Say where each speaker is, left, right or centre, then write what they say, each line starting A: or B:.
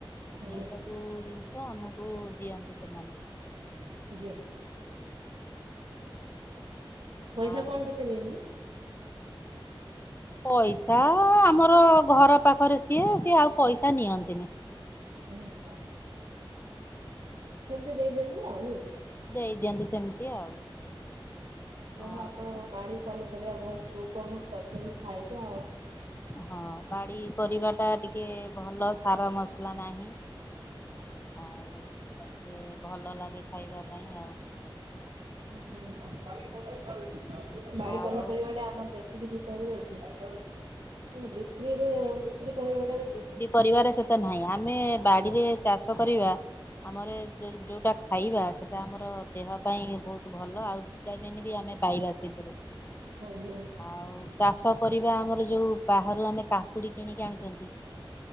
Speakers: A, on the right; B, on the left.
A: ଆଜ୍ଞା
B: ଏଇ ସବୁ ଜିନିଷ ଆମକୁ ଦିଅନ୍ତି ସେମାନେ।
A: ଆଜ୍ଞା। ପଇସା
B: ଆଉ
A: କଣ କେତେ <inaudible>
B: ପଇସା ଆମର ଘର ପାଖରେ ସିଏ ସିଏ ଆଉ ପଇସା ନିଅନ୍ତିନି।
A: ଓହୋ। ସେମିତି ଦେଇ ଦିଅନ୍ତି ଆଉ ନେଇ।
B: ଦେଇ ଦିଅନ୍ତି ସେମିତି ଆଉ।
A: ଯାହା
B: ଆଉ
A: ହଉ ଆପଣ ବାଡି ପନିପରିବା ବହୁତ ଉପଭୋଗ କରୁଚନ୍ତି ଖାଇକି ଆଉ।
B: ହଁ ଅଁ ବାଡି ପରିବା ଟା ଟିକେ ଭଲ ସାର ମସ୍ ଲା ନାହିଁ ଆଉ ଟିକେ ଭଲ ଲାଗେ ଖାଇବା ପାଇଁ। ଆଉ।
A: ବାଡି ପନିପରିବା
B: ଆଉ
A: ଟା ଆମର ଯେ ତିକି ଭିଟାମିନି ଅଛି କିନ୍ତୁ ବିକ୍ରିରେ ବିକ୍ରି କରିବା
B: ବିକ୍ରି ପରିବାର ସେତେ ନାହିଁ ଆମେ ଏ ବାଡିରେ
A: ନାଇଁ।
B: ଚାଷ କରିବା ଆମର ଯୋଉଟା ଖାଇବା ସେଇଟା ଆମର ଦେହ ପାଇଁ ବହୁତ ଭଲ ଆଉ ଭିଟାମିନି ବି ଆମେ ପାଇବା ସେଇଥିରୁ।
A: ଆଜ୍ଞା
B: ଆଉ ଚାଷ କରିବା ଆମର ଯୋଉ ବାହାରୁ ଆମେ କାକୁଡି କିଣିକି ଆଣୁଛନ୍ତି